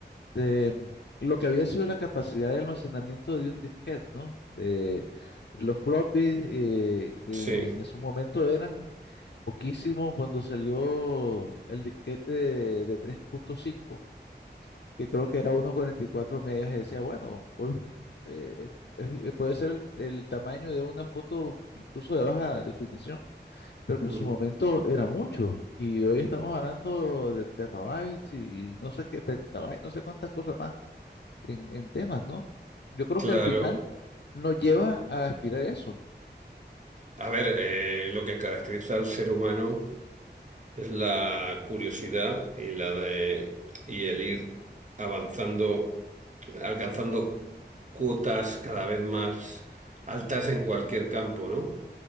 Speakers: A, on the left; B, on the right.
A: de mm, lo que había sido la capacidad de almacenamiento de un disquete, ¿no? Eh, de los floppies, eh, que
B: Sí,
A: en su momento eran Poquísimo cuando salió el disquete de, de 3.5, que creo que era 1.44 megas, y decía, bueno, hoy eh, eh, puede ser el, el tamaño de una foto incluso de baja definición, pero que en
B: mm,
A: su momento era mucho. Y hoy estamos hablando de terabytes y no sé qué, petabytes, no sé cuántas cosas más en, en temas, ¿no? Yo creo
B: claro.
A: que al final nos lleva a aspirar eso.
B: A ver, eh, lo que caracteriza al ser humano. Es la curiosidad y la de y el ir avanzando, alcanzando cuotas cada vez más altas en cualquier campo, ¿no?